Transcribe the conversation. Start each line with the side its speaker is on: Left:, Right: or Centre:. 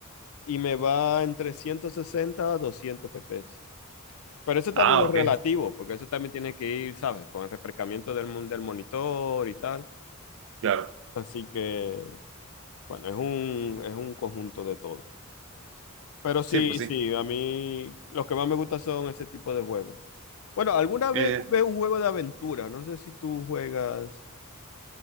Left: y me va entre 160 a 200 FPS. Pero eso también
Right: Ah,
Left: es
Right: ok,
Left: relativo, porque eso también tiene que ir, ¿sabes? Con el refrescamiento del, mon- del monitor y tal.
Right: claro.
Left: Así que, bueno, es un, es un conjunto de todo. Pero sí,
Right: Sí, pues sí.
Left: sí, a mí lo que más me gusta son ese tipo de juegos. Bueno, alguna
Right: Eh,
Left: vez jugué un juego de aventura, no sé si tú juegas.